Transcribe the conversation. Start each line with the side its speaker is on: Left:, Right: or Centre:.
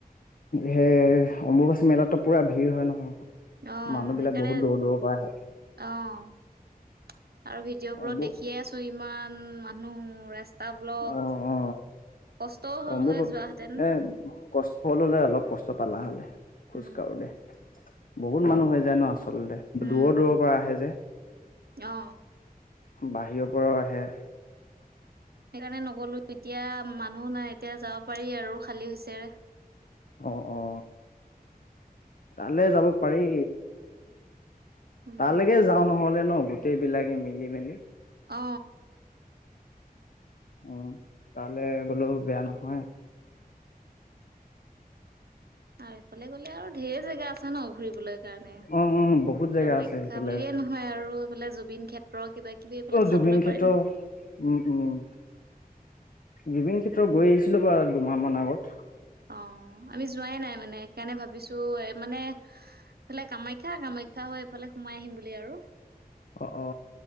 Left: সেই অম্বুবাচী মেলাতো পুৰা ভিৰ হয় নহয়।
Right: অ',
Left: মানুহ বিলাক
Right: সেইকাৰণে
Left: বহুত দূৰ দূৰৰ পৰা আহে
Right: অ'। আৰু ভিডিঅ' বোৰত
Left: অম্ব
Right: দেখিয়ে আছো ইমান মানুহ ৰা স্তা বলক,
Left: অ অ
Right: কষ্টও হ'ল
Left: অম্বুবা
Right: হয় যোৱাহেতেন।
Left: এ কষ্ট হললে অলপ কষ্ট পালা হলে খোজ
Right: উম
Left: কাঢ়ো দে। বহুত মানুহ হৈ যায় ন আচলতে।
Right: উম
Left: দূৰৰ দূৰৰ পৰা আহে যে,
Right: অ
Left: বাহিৰৰ পৰাও আহে।
Right: সেইকাৰণে নগ'লো এতিয়া মানুহ নাই এতিয়া যাব পাৰি আৰু খালী হৈছে।
Left: অ অ। তালে যাব পাৰি,
Right: উম
Left: তালৈকে যাওঁ নহলে ন গ টেইবিলাকে মিলি মেলি।
Right: অ।
Left: উম, তালে গলো বেয়া নহয়।
Right: আৰু এইফালে গলে আৰু ঢেৰ জেগা আছে ন ঘুৰিবলৈ কাৰণে কামাখ্যা
Left: উম উম বহুত জেগা আছে সেইফালে
Right: বুলিয়ে ন হয় আৰু এইফালে জুবিন ক্ষেত্ৰ কিবা কিবি এইবিলাক
Left: অ জুবিন
Right: চাবলৈ
Left: ক্ষেত্ৰ
Right: পাৰিম।
Left: উম উম, জুবিন ক্ষেত্ৰ গৈ আহিছিলো বা দুমাহমান আগত।
Right: অ, আমি যোৱাই নাই মানে সেইকাৰণে ভাবিছো এ মানে এইফালে কামাখ্যা - কামাখ্যা হৈ এইফালে সোমাই আহিম বুলি আৰু।
Left: অ অ,